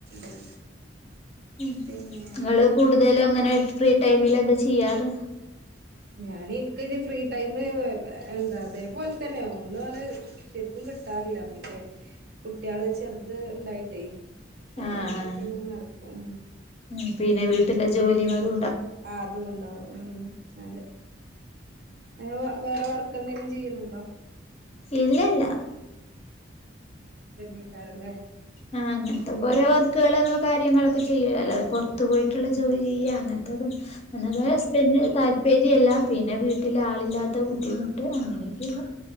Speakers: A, on the right; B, on the left.
A: ഉം
B: ഉം
A: പിന്നെ
B: ങ്ങള് കൂടുതലുങ്ങനെ എ ഫ്രീ ടൈമിൽ എന്താ ചെയ്യാറ്
A: ഞാൻ ഇന്ക്കോരു ഫ്രീ ടൈമ് എന്താ അതേപോല് തന്നെ ഒന്നാട് ശരിക്കും കിട്ടാറില്ല മറ്റേ കുട്ട്യാള് ചെറുത് ഇണ്ടായിട്ടേ ഓളിം
B: ആഹ്
A: നോക്കി
B: ആഹ്
A: അങ്ങനെ നടക്കും
B: ഉം പിന്നെ വീട്ടിലെ ജോലിയും അതു
A: ആ അതൂണ്ടാവും ഉം അതെ ഏ വേറെ വർക്കന്തേലും ചെയ്യ്ണണ്ടോ
B: ഇല്ല ഇല്ല
A: ഇതന്നെക്കാരല്ലേ
B: ആ അങ്ങത്തൊക്കൊ
A: ഇങ്ങനെ
B: ഓരോ വർക്ക്കള് കാര്യങ്ങളൊക്ക ചെയ്യും അല്ലാതെ പൊറത്തു പോയിട്ടുള്ള ജോലി ചെയ്യാ അങ്ങനത്തെതും ഒന്നാമതെ ഹസ്ബന്റിന് താല്പര്യല്ല പിന്നെ വീട്ടില് ആളില്ലാത്ത ബുദ്ധിമുട്ട് അങ്ങനെക്കെയിള്ള